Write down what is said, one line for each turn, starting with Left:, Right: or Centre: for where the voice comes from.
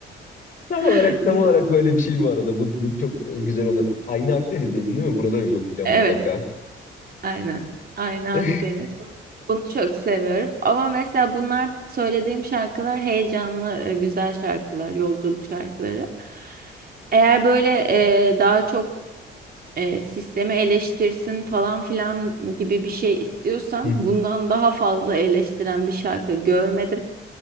Left: Tam olarak
Right: <laughs>
Left: tam
Right: Güzel.
Left: olarak böyle bir şey bu arada. Bu, bu çok güzel olur. Aynı Akdeniz dedin değil mi? Buna da bir bakacağım
Right: Evet.
Left: mutlaka.
Right: Aynen. Aynen
Left: <laughs> Hı
Right: Akdeniz. Bu- Bunu çok seviyorum. Ama mesela bunlar söylediğim şarkılar heyecanlı, e, güzel şarkılar, yolculuk şarkıları. Eğer böyle e, daha çok e, sistemi eleştirsin falan filan gibi bir şey istiyorsan
Left: hı.
Right: bundan daha fazla eleştiren bir şarkı görmedim.